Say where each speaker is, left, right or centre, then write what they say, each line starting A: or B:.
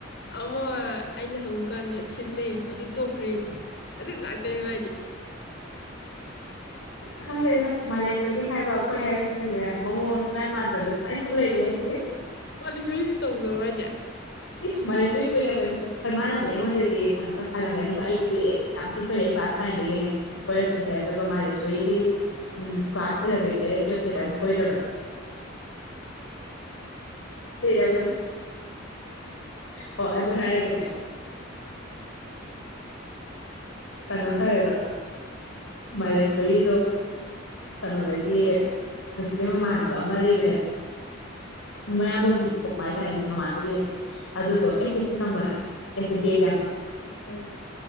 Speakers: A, on the left (about 60°); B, on the left (about 85°).
A: ꯑꯃ ꯑꯩꯅ ꯍꯨꯀꯥꯟꯗ ꯁꯤꯜꯂꯦ ꯑꯗꯨ ꯇꯣꯛꯈ꯭ꯔꯦ ꯑꯗꯨꯗꯥꯛꯇꯅꯦꯃꯥꯏꯗꯦ ꯎ
B: ꯈꯪꯗꯦꯗ ꯃꯥꯂꯦꯁꯣꯔꯤ ꯍꯥꯏꯕ ꯑꯩꯈꯣꯏ ꯍꯥꯏꯕꯁꯤꯅꯅꯦ ꯃꯉꯣꯟ ꯃ꯭ꯌꯥꯟꯃꯥꯔꯗꯅ ꯁꯨꯃꯥꯏ ꯁꯨꯝ ꯂꯩꯔꯤ ꯍꯥꯏꯁꯦ
A: ꯋꯥꯂꯤꯖꯨꯔꯤꯁꯨ ꯇꯧꯗꯧꯔꯖꯦ
B: ꯏꯁ ꯃꯥꯂꯦꯁꯔꯤ ꯀꯣꯏꯗꯕꯅꯤ ꯍꯣꯏ ꯃꯥꯅꯕꯕꯨꯅꯦ ꯑꯩꯉꯣꯟꯗꯗꯤ ꯀꯩꯅꯣ ꯈꯔ ꯈꯜꯂꯝꯒꯅꯤꯀꯣ ꯑꯩꯗꯤ ꯀꯨꯏꯔꯑꯦ ꯌꯥꯝ ꯊꯤꯅ ꯀꯨꯏꯔꯛꯑꯦ ꯀ꯭ꯂꯥꯁ ꯅꯥꯏꯟꯗꯒꯤꯅꯦ ꯀꯣꯏꯔꯛꯄꯁꯦ ꯑꯗꯨꯒ ꯃꯥꯂꯦꯁꯣꯔꯤꯗꯤ ꯎ ꯀ꯭ꯂꯥꯁ ꯏꯂꯚꯦꯟꯗꯩꯗ ꯇꯨꯋꯦꯜꯐꯇꯗ ꯑꯃꯨꯛ ꯀꯣꯏꯗꯕꯅꯤ ꯔꯟ ꯑꯣ ꯑꯗꯨ ꯑ ꯗꯨ ꯍꯥꯏꯒꯟꯅ ꯀꯩꯅꯣ ꯇꯧꯋꯦꯕ ꯃꯥꯂꯦꯁꯣꯔꯤꯗꯣ ꯀꯩꯅꯣꯗꯒꯤ ꯅꯨꯡꯁꯤꯕꯦꯝ ꯃꯃꯥꯟꯕ ꯑꯃ ꯂꯩꯕꯅꯦꯕ ꯃꯌꯥꯝꯗ ꯑꯗꯨꯝ ꯊꯣꯛ ꯍꯥꯏꯇꯥꯔꯦ ꯃꯃꯥꯗꯨꯦ ꯑꯗꯨꯗꯣ ꯑꯦꯁ ꯑꯦꯁ ꯁꯤ ꯐꯪꯕꯅ ꯑꯦꯁ ꯑꯦꯁ ꯁꯤ ꯌꯥꯝꯕ
A: ꯑ ꯀꯣ